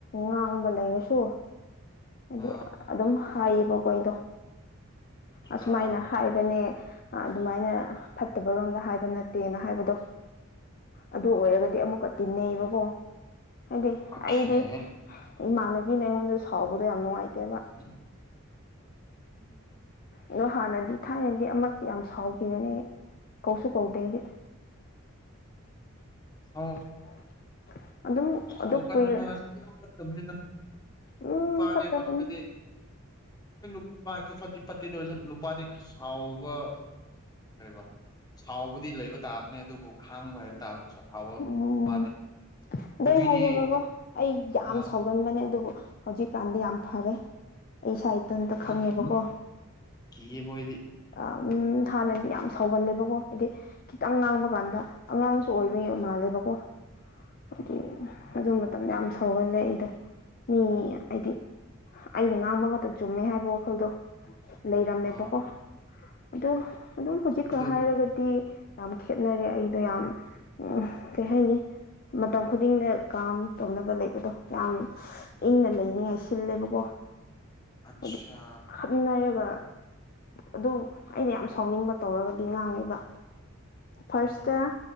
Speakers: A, on the left; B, on the left.
A: ꯉꯥꯡꯕ ꯂꯩꯔꯁꯨ ꯍꯥꯏꯗꯤ
B: ꯑ
A: ꯑꯗꯨꯝ ꯍꯥꯏꯌꯦꯕꯀꯣ ꯑꯩꯗꯣ ꯑꯁꯨꯃꯥꯏꯅ
B: ꯑ
A: ꯍꯥꯏ__ ꯒꯅꯦ ꯑꯥ ꯑꯗꯨꯃꯥꯏꯅ ꯐꯠꯇꯕ ꯔꯣꯝꯗ ꯍꯥꯏꯕ ꯅꯠꯇꯦꯅ ꯍꯥꯏꯕꯗꯣ ꯑꯗꯨ ꯑꯣꯏꯔꯒꯗꯤ ꯑꯃꯨꯛꯀ ꯇꯤꯟꯅꯩꯕꯀꯣ ꯍꯥꯏꯗꯤ
B: ꯑꯣꯈꯦ
A: ꯑꯩꯗꯤ ꯏꯃꯥꯟꯅꯕꯤꯅ ꯑꯩꯉꯣꯟꯗ ꯁꯥꯎꯕꯗꯣ ꯌꯥꯝ ꯅꯨꯡꯉꯥꯏꯇꯦꯕ
B: <unintelligible> ꯎꯝ
A: ꯑꯗꯣ ꯍꯥꯟꯅꯗꯤ ꯊꯥꯏꯅꯗꯤ ꯑꯃꯛꯇꯤ ꯌꯥꯝ ꯁꯥꯎꯈꯤꯕꯅꯦ ꯑꯩ ꯀꯧꯁꯨ ꯀꯧꯗꯦ ꯑꯩꯗꯤ
B: ꯍꯥꯎ
A: <unintelligible> ꯑꯗꯨꯝ
B: ꯁꯥꯎꯒꯟꯕꯥꯁꯤꯗꯤ
A: ꯑꯗꯨ ꯀꯨꯏꯔ
B: ꯌꯥꯝ ꯐꯠꯇꯕꯅꯤꯅ
A: ꯎꯝ
B: ꯅꯨꯄꯥꯗꯤ
A: ꯐꯠꯇꯕꯅꯦ
B: ꯑꯃꯔꯣꯝꯗꯗꯤ ꯑꯩꯈꯣꯏ ꯅꯨꯄꯥꯏꯁꯨ ꯐꯠꯇꯤ ꯐꯠꯇꯦ ꯑꯗꯨꯑꯣꯏꯔꯁꯨ ꯅꯨꯄꯥꯗꯤ ꯈꯔ ꯁꯥꯎꯕ ꯀꯔꯤꯕ ꯁꯥꯎꯕꯗꯤ ꯂꯩꯕ ꯇꯥꯕꯅꯤ ꯑꯗꯨꯕꯨ ꯈꯥꯡꯕ ꯍꯩꯕ ꯇꯥꯕꯅꯤ ꯁꯨꯐꯥꯎꯕ
A: ꯎꯝ
B: ꯅꯨꯄꯥꯗꯤ
A: ꯑꯗꯣ
B: ꯅꯨꯄꯤꯗꯤ
A: ꯑꯩ ꯍꯥꯏꯒꯦꯕꯥꯒꯣ ꯑꯩ ꯌꯥꯝ
B: ꯑꯥ
A: ꯁꯥꯎ__ ꯒꯟꯕꯅꯦ ꯑꯗꯨꯕꯨ ꯍꯧꯖꯤꯛꯀꯥꯟꯗꯤ ꯌꯥꯝ ꯐꯔꯦ ꯑꯩ ꯏꯁꯥ ꯏꯊꯟꯇ
B: ꯎꯝ
A: ꯈꯪꯉꯦꯕꯀꯣ
B: ꯀꯤꯌꯦ ꯃꯣꯏꯗꯤ
A: ꯑꯥ ꯎꯝ ꯍꯥꯟꯅꯗꯤ ꯌꯥꯝ ꯁꯥꯎꯒꯜꯂꯦꯕꯀꯣ ꯍꯥꯏꯗꯤ ꯈꯤꯇꯪ ꯉꯥꯡꯕ ꯀꯥꯟꯗ ꯑꯉꯥꯡꯁꯨ ꯑꯣꯏ__ <unintelligible> ꯃꯥꯜꯂꯦꯕꯀꯣ ꯍꯥꯏꯗꯤ
B: ꯎꯝ
A: ꯑꯗꯨ ꯃꯇꯝꯗ ꯌꯥꯝ ꯁꯧꯒꯜꯂꯦ ꯑꯩꯗꯣ ꯃꯤ ꯑꯥꯏꯗꯤ ꯑꯩꯅ ꯉꯥꯡꯕ ꯉꯥꯛꯇ ꯆꯨꯝꯃꯦ ꯍꯥꯏꯕ ꯋꯥꯈꯜꯗꯣ ꯂꯩꯔꯝꯃꯦꯕꯀꯣ
B: ꯑꯥ
A: ꯑꯗꯣ ꯑꯗꯨꯝ ꯍꯧꯖꯤꯛꯀ
B: ꯑꯗꯨ
A: ꯍꯥꯏꯔꯒꯗꯤ ꯌꯥꯝ ꯈꯦꯠꯅꯔꯦ ꯑꯩꯗꯣ ꯌꯥꯝ ꯎꯝꯍ ꯀꯩ ꯍꯥꯏꯅꯤ ꯃꯇꯝ ꯈꯨꯗꯤꯡꯗ ꯀꯥꯝ ꯇꯧꯅꯕ ꯂꯩꯕꯗꯣ ꯌꯥꯝ ꯏꯪꯅ ꯂꯩꯅꯤꯡꯉꯥꯏ ꯁꯤꯜꯂꯦꯕꯀꯣ
B: ꯑꯠꯁꯥ
A: ꯍꯥꯏꯗꯤ ꯈꯠꯅꯔꯒ ꯑꯗꯨ ꯑꯩꯅ ꯌꯥꯝ ꯁꯥꯎꯅꯤꯡꯕ ꯇꯧꯔꯒꯗꯤ ꯉꯥꯡꯉꯦꯕ ꯐꯥꯔꯁꯇ
B: ꯎꯝ